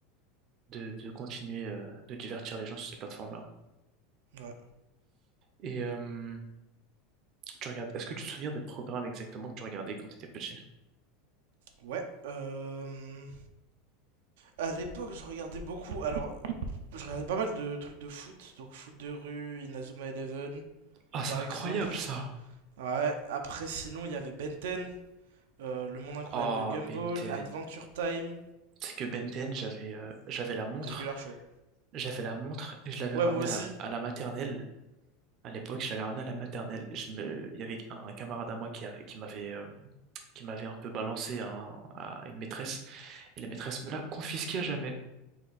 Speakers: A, on the right; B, on the right.
A: de, de continuer euh, de divertir les gens sur ces plateformes-là.
B: Ouais.
A: Et euh, tu regardes, est-ce que tu te souviens des programmes exactement que tu regardais quand tu étais petit?
B: Ouais. Euh... À l'époque, je regardais beaucoup. Alors, je regardais pas mal de trucs de foot. Donc, foot de rue, Inazuma Eleven,
A: Ah, c'est
B: par
A: incroyable
B: exemple.
A: ça.
B: Ouais. Après, sinon, il y avait Benten. euh, Le Monde Incroyable
A: Oh,
B: de Gumball,
A: Ben 10.
B: Adventure Time,
A: C'est que Ben 10, j'avais euh, j'avais la montre,
B: Regular Show.
A: j'avais la montre et je l'avais
B: Ouais,
A: ramenée
B: moi aussi.
A: à la, à la maternelle. À l'époque, je l'avais ramenée à la maternelle. Et Je me, il y avait un, camarade à moi qui avait, qui m'avait euh, qui m'avait un peu balancé à, un- à une maîtresse et la maîtresse me l'a confisqué à jamais.